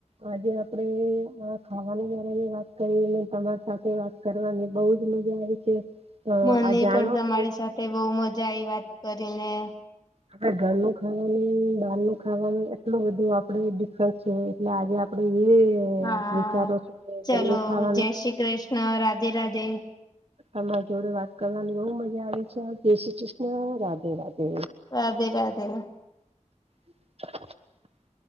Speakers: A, on the right; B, on the left.
A: આજે આપડે અ ખાવાની જારે વાત કરીને તમાર સાથે વાત કરવાની બહુ જ મજા આવે છે. અ
B: મને
A: આ જાણવા
B: પણ તમારી
A: મળ્યું
B: સાથે બહુ મજા આઈ વાત કરીને
A: આપડે ઘરનું ખાવાનું બહાર નું ખાવાનું એટલું બધું આપડે ડિફરન્સ છે. એટલે આજે આપડે એ
B: હા
A: વિચારો છે કે
B: ચલો
A: ઘરનું ખાવાનું
B: જય શ્રી કૃષ્ણ રાધે રાધે.
A: તમાર જોડે વાત કરવાની બહુ મજા આવે છે જય શ્રી કૃષ્ણ રાધે રાધે
B: રાધે રાધે
A: <inaudible>